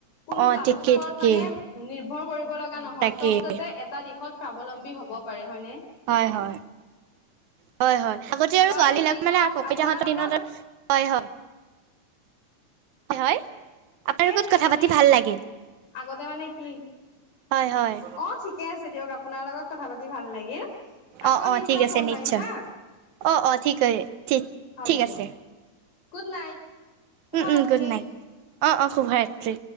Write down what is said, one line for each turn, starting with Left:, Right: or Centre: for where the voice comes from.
Left: কোনো
Right: অ
Left: কাৰো
Right: ঠিকেই
Left: ওচৰত
Right: ঠিকেই
Left: মানে নিৰ্ভৰ কৰিব লগা নহয়
Right: তাকেই
Left: চব যাতে এটা দিশত স্বাৱলম্বী হ'ব পাৰে হয় নে?
Right: হয়, হয়। হয়, হয় আগতে আৰু
Left: বাৰু
Right: ছোৱালীক
Left: যি নহওক
Right: মানে <unintelligible>
Left: আপোনাৰ লগত
Right: দিনত আৰু। হয় হয়। হয়। আপোনাৰ
Left: সেইটোৱে
Right: লগত কথা
Left: মানে
Right: পাতি ভাল লাগিল।
Left: আগতে মানে কি
Right: হয়, হয়।
Left: অ ঠিকে আছে দিয়ক আপোনাৰ লগত কথা পাতি ভাল লাগিল। আকৌ
Right: অ অ
Left: নিশ্চয়
Right: ঠিক আছে
Left: ফোন
Right: নিশ্চয়
Left: মাৰিম হা।
Right: অ অ ঠিক ঠিক
Left: হওক
Right: ঠিক
Left: দিয়ক।
Right: আছে
Left: Good night. শুভৰাত্ৰি
Right: উম, উম গুড নাইট। অ', অ' শুভৰাত্ৰি।